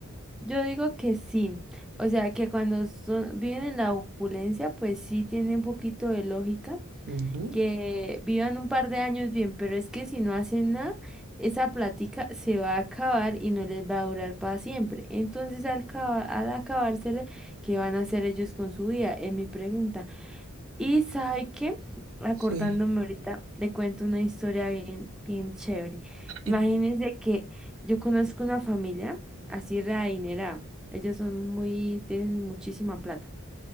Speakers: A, in the centre; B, on the right.
A: yo digo que sí. O sea, que cuando son, viven en la opulencia, pues sí tiene un poquito de lógica
B: Ujú,
A: que vivan un par de años bien, pero es que si no hacen nada, esa plática se va a acabar y no les va a durar para siempre. Entonces, al, caba- al acabársele, ¿qué van a hacer ellos con su vida? Es mi pregunta. Y sabe qué, acordándome
B: Sí,
A: ahorita, le cuento una historia bien, bien chévere.
B: sí,
A: Imagínense que yo conozco una familia así readinerada. Ellos son muy, tienen muchísima plata.